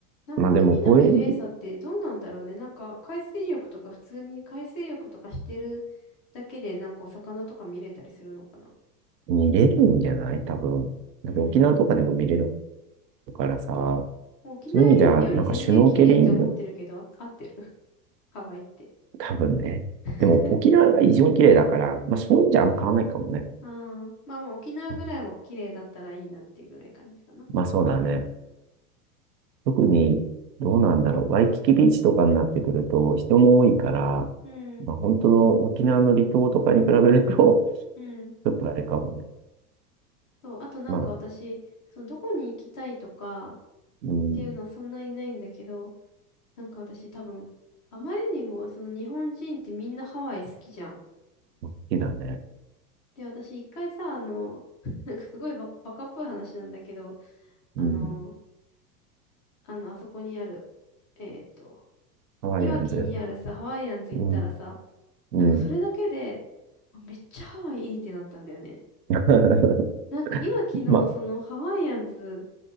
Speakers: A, on the left; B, on the right.
A: なんか海の綺麗さってどうなんだろうね。
B: まあでも、これ
A: なんか海水浴とか普通に海水浴とかしてるだけでなんかお魚とか見れたりするのかな。
B: 見れるんじゃない多分。
A: うん。
B: だって沖縄とかでも見れるからさ、
A: もう沖縄より、
B: そういう意味では、
A: より全然綺麗って思ってるけど、
B: なんかシュノーケリング、
A: あ合ってるハワイって。
B: 多分ね。
A: <laughs>
B: でも沖縄が異常に綺麗だから、まあそういうんじゃあんま変わんないかもね。
A: ああ、まあまあ沖縄ぐらいを綺麗だったらいいなっていうぐらい感じかな。
B: うんまあそうだね。特に、どうなんだろう。ワイキキビーチとかになってくると人も多いから、
A: うん、
B: まあ本当の沖縄の離島とかに比べると、<laughs>
A: うん。
B: ちょっとあれかもね。
A: そう、あとなんか私、
B: まあ、
A: そのどこに行きたいとかっ
B: うん、
A: ていうのはそんなにないんだけど、なんか私多分、あまりにもその日本人ってみんなハワイ好きじゃん。
B: 好きだね。
A: で、私一回さ、あの、<laughs> なんかすごいバカ、バカっぽい話なんだけど、あの、
B: うん、
A: あの、あそこにある、えーっと、
B: ハワイアンズ。
A: いわきにあるさ、ハワイアンズ行ったらさ、
B: うん、うん。
A: なんかそれだけで、あめっちゃハワイいいってなったんだよね。
B: <laughs>
A: なんか今昨日、
B: まあ
A: そのハワイアンズ、